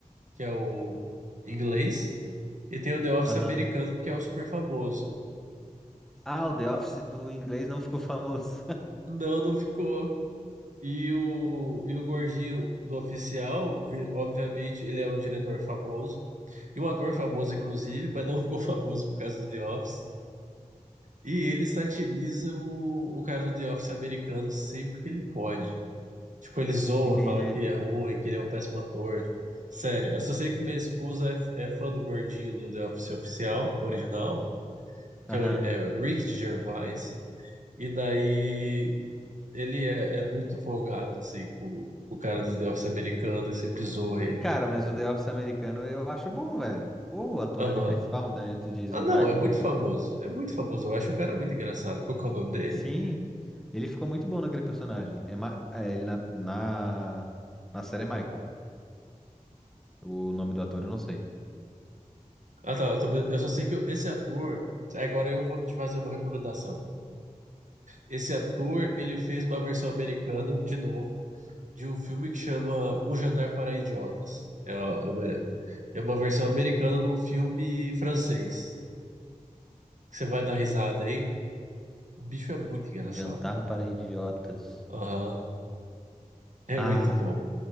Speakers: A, on the right; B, in the centre.
A: que é o inglês, e tem o The Office
B: Aham.
A: americano, que é o super famoso.
B: Ah, o The Office do inglês não ficou famoso.
A: Não, não ficou. E o, e o gordinho do oficial, vi- obviamente, ele é um diretor famoso, e um ator famoso, inclusive, mas não ficou <laughs> famoso por causa do The Office. E ele satiriza o, o cara do The Office americano sempre que ele pode. Tipo, ele
B: <laughs>
A: zoa,
B: Entendi.
A: fala que é ruim, que ele é um péssimo ator. Sério, eu só sei que minha esposa é, é fã do gordinho do The Office oficial, original, que
B: Aham.
A: é o é o Rick Gervais. E daí ele é, é muito folgado, assim, com, com o cara do The Office americano e sempre zoa ele.
B: Cara, mas o The Office americano eu acho bom, velho. Pô, o ator
A: Aham.
B: ali principal, né? Tu diz,
A: Ah,
B: o
A: não,
B: Michael.
A: é muito famoso. É muito famoso. Eu acho o cara muito engraçado. Qual que é o nome dele?
B: Sim. Ele ficou muito bom naquele personagem. É, Ma- é, ele na... na. Na série é Michael. O nome do ator eu não sei.
A: Ah, tá. Eu, também- eu só sei que eu- esse ator. Agora eu vou te fazer uma recomendação. Esse ator, ele fez uma versão americana, de novo, de um filme que chama Um Jantar para Idiotas. É, é uma, é uma versão americana de um filme francês. Que você vai dar risada aí. O bicho é muito engraçado.
B: Um jantar para idiotas.
A: Aham. É
B: Ah,
A: muito bom.